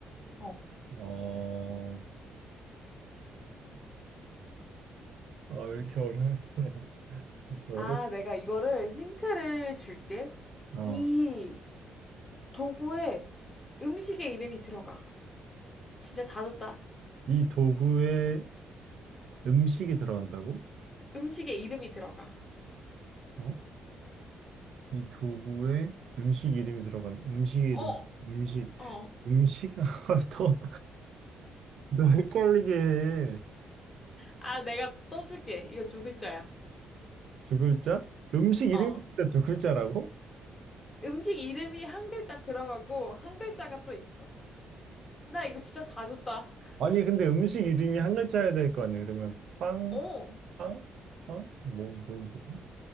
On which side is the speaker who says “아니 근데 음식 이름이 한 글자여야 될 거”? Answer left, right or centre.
Right